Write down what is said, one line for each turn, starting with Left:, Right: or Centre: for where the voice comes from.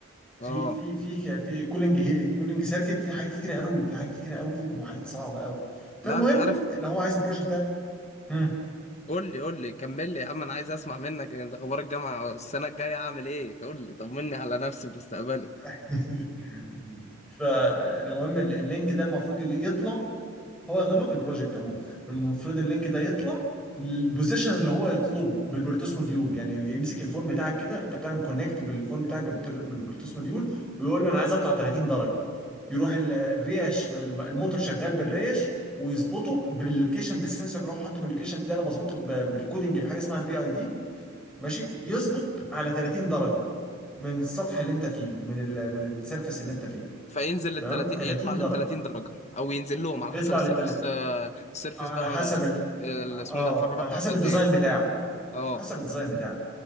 Centre: في
Left: اه
Centre: في في في كولينج هي- كولينج سيركت في حاجات كتيره قوي في حاجات كتيره قوي وحاجات صعبه قوي فالمهم
Left: لا انت عارف
Centre: اللي هو عايز البروجكت ده مم.
Left: قول لي قول لي كمل لي يا عم انا عايز اسمع منك انت اخبار الجامعة السنة الجاية هعمل ايه قول لي طمني على نفسي في مستقبلي
Centre: <laughs> فالمهم ال- اللينك ده المفروض يجي- يطلع هو يغير لكم البروجكت عموما المفروض اللينك ده يطلع البوزيشن اللي هو يطلبه بالبلوتوث موديول يعني يمسك الفون بتاعك كده انت بتعمل كونكت بالفون بتاعك بالبتر- بالبلوتوث موديول ويقول له انا عايز اطلع 30 درجه يروح ال- الريش بال- الموتور شغال بالريش ويظبطه باللوكيشن بالسنسور اللي هو حاطه باللوكيشن ده انا بظبطه ب- بالكودنج بحاجه اسمها البي اي دي ماشي يظبط على 30 درجه من السطح اللي انت فيه من ال من السيرفيس اللي انت فيه
Left: فينزل لل
Centre: تمام
Left: 30
Centre: 30
Left: يطلع لل
Centre: درجه
Left: 30 درجه او ينزل لهم على
Centre: يطلع
Left: حسب السيرفس
Centre: لل 30
Left: آه، السيرفس
Centre: على
Left: بقى
Centre: حسب
Left: آه،
Centre: ال...
Left: ال-
Centre: اه
Left: اسمه ده الحراره
Centre: على
Left: بتاعته
Centre: حسب
Left: قد
Centre: الديزاين
Left: ايه
Centre: بتاعك
Left: اه
Centre: حسب الديزاين بتاعك